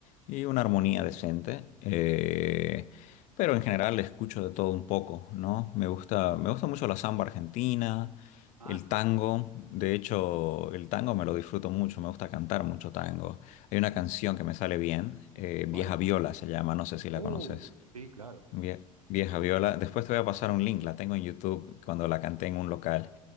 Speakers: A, on the left; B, on the right.
A: y una armonía decente. Eh, pero en general escucho de todo un poco, ¿no? Me gusta, me gusta mucho la samba argentina,
B: Ah,
A: el tango. De hecho, el tango me lo disfruto mucho, me gusta cantar mucho tango. Hay una canción que me sale bien, eh,
B: ¿Cuál?
A: Vieja Viola se llama, no sé si la
B: uh,
A: conoces.
B: sí, claro.
A: Vie- Vieja Viola, después te voy a pasar un
B: Eh,
A: link, la tengo en YouTube cuando la canté en un local.